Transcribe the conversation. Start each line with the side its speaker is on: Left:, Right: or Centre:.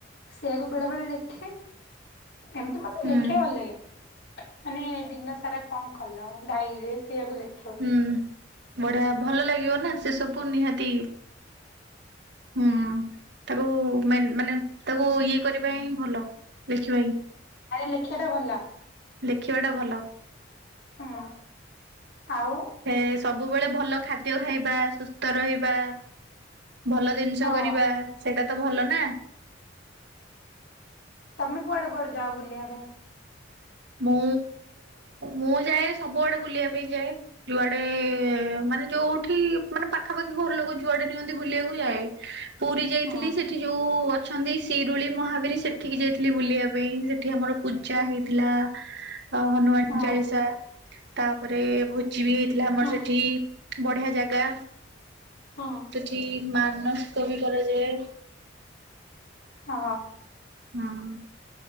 Left: ସେଇଆକୁ ବେଳେ ବେଳେ ଲେଖେ। ଏମତି ମାନେ
Right: ହୁଁ
Left: ଲେଖେ ଭଲ ଲାଗେ ମାନେ ଦିନ ସା ସାରା କଣ କଲ ଡାଏରୀରେ ସେଇଆକୁ ଲେ <unintelligible>
Right: ହୁଁ ବଢିଆ ଭଲ ଲାଗିବ ନା ସେ ସବୁ ନିହାତି ହୁଁ ତାକୁ ମାନେ ତାକୁ ଇଏ କରିବା ହିଁ ଭଲ ଲେଖିବା ହିଁ।
Left: ଆରେ ଲେଖିବାଟା ଭଲ।
Right: ଲେଖିବା ଟା ଭଲ।
Left: ହଁ ଆଉ
Right: ହେ ସବୁବେଳେ ଭଲ ଖାଦ୍ୟ ଖାଇବା ସୁସ୍ଥ ରହିବା ଭଲ ଜିନିଷ
Left: ହଁ
Right: କରିବା ସେଇଟା ତ ଭଲ ନା।
Left: ତମେ କୁଆଡ଼େ କୁଆଡ଼େ ଯାଅ ବୁଲିବା ପାଇଁ?
Right: ମୁଁ ମୁଁ ଯାଏ ସବୁଆଡ଼େ ବୁଲିବା ପାଇଁ ଯାଏ। ଯୁଆଡ଼େ ମାନେ ଯୋଉଠି ମାନେ ପାଖାପାଖି ଘର ଲୋକ ଯୁଆଡ଼େ ନିଅନ୍ତି ବୁଲିବାକୁ ଯାଏ। ପୁରୀ ଯାଇଥିଲି
Left: ହୁଁ
Right: ସେଠି ଯୋଉ ଅ ଛନ୍ତି ଶିରୁଳି ମହାବୀର ସେଠିକି ଯାଇଥିଲି ବୁଲିବା ପାଇଁ ସେଠି ଆମର ପୂଜା ହେଇଥିଲା। ହ ହନୁମାନ
Left: ହଁ
Right: ଚାଳିଶା। ତାପରେ ଭୋଜି ବି ହେଇଥିଲା ଆମର
Left: ହଁ
Right: ସେଠି ବଢ଼ିଆ ଜାଗା।
Left: ହଁ।
Right: ସେଠି ମାନସିକ ବିି କରାଜାଏ।
Left: ଓହୋ।
Right: ହୁଁ।